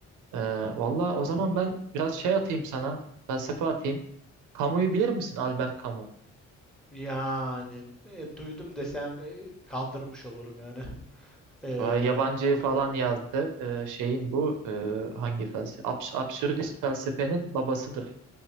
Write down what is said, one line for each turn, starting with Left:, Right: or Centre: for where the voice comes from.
Right: E, valla o zaman ben biraz şey atayım sana, felsefe atayım. Camus'u bilir misin? Albert Camus.
Centre: Yani e, duydum desem e, kandırmış olurum yani. <laughs> Ee,
Right: Şu an Yabancıyı
Centre: va-
Right: falan yazdı. E, şeyin bu e, hangi felsefe? Abs absürdist felsefenin babasıdır.